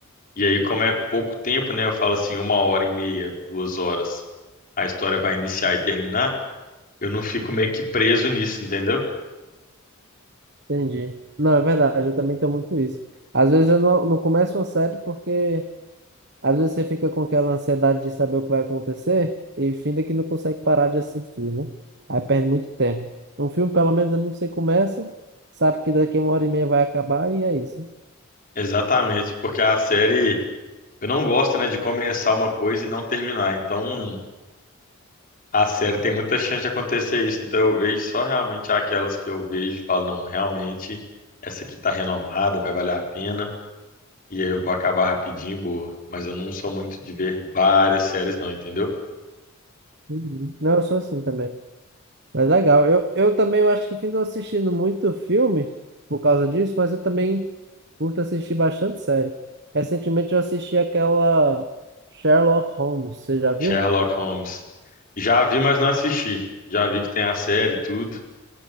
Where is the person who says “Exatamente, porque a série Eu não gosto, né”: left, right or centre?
Left